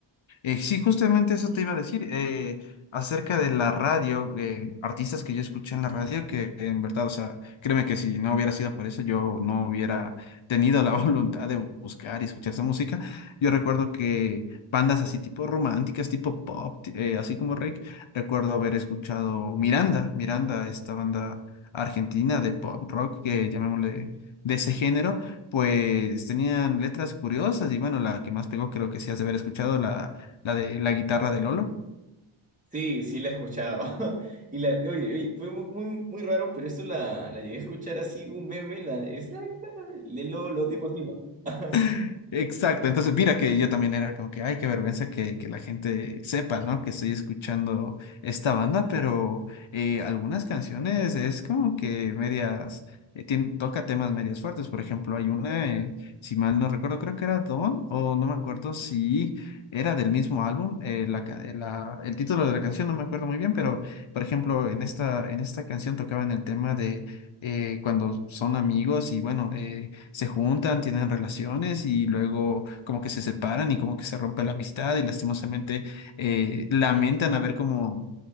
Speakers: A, on the left; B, on the right.
A: Eh, sí, justamente eso te iba a decir, eh, acerca de la radio, eh, artistas que yo escuché en la radio, que en verdad, o sea, créeme que si no hubiera sido por eso, yo no hubiera tenido la <laughs> voluntad de buscar y escuchar esa música. Yo recuerdo que bandas así tipo románticas, tipo pop, ti- eh, así como Rake, recuerdo haber escuchado Miranda, Miranda, esta banda argentina de pop rock, que llamémosle de ese género, pues tenían letras curiosas y bueno, la que más pegó creo que sí has de haber escuchado, la la de la guitarra de Lolo.
B: Sí, sí la he escuchado. <laughs> Y la, oye, oye, fue mu- muy, muy, raro, pero esto la, la llegué a escuchar así, un meme, la, es la guitarra de de Lolo, tipo así, ¿no? <laughs>
A: <laughs> Exacto, entonces mira que yo también era como que, ay, qué vergüenza que, que la gente sepa, ¿no? Que estoy escuchando esta banda, pero eh, algunas canciones es como que medias, eh, tien- toca temas medias fuertes, por ejemplo, hay una, eh, si mal no recuerdo, creo que era Don, o no me acuerdo si era del mismo álbum, eh, la ca- eh, la- el título de la canción no me acuerdo muy bien, pero por ejemplo, en esta, en esta canción tocaban el tema de eh, cuando son amigos y bueno, eh, se juntan, tienen relaciones y luego como que se separan y como que se rompe la amistad y lastimosamente eh, lamentan haber como,